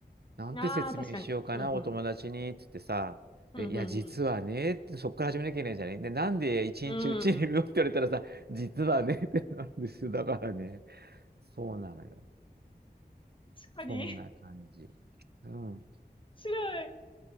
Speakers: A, on the right; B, on the left.
A: なんて説明しようかな、
B: ああ、確かに。うん、
A: お友達に、
B: うん。
A: っつってさ、
B: うん、
A: で、いや、
B: うん、
A: 実はね、ってそっから始めなきゃいけないじゃない。で、なんで一日うちにいるのって言われたらさ、
B: うん。うん。
A: 実はね、ってなるんですよ。だからね、そうなのよ。
B: 確かに。
A: そんな感じ。うん。
B: <laughs> 白い